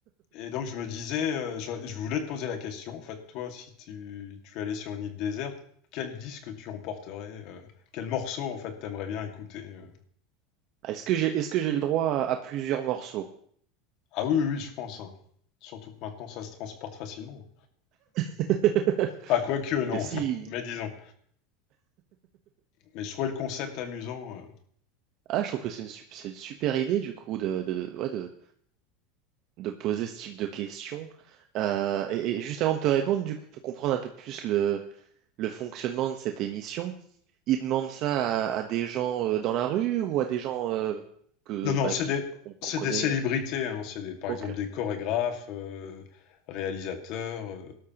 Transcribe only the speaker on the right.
Ah, Est-ce que j'ai, est-ce que j'ai le droit à à plusieurs morceaux?
<laughs>
Parce
que si,
ah, je trouve que c'est une, sup- c'est une super idée du coup de, de, ouais, de, de poser ce type de questions. Euh, et, et juste avant de te répondre, du coup, pour comprendre un peu plus le, le fonctionnement de cette émission, ils demandent ça à, à des gens euh, dans la rue ou à des gens euh, que
bah,
qui
qu'on qu'on
connaît.
euh.
Ok,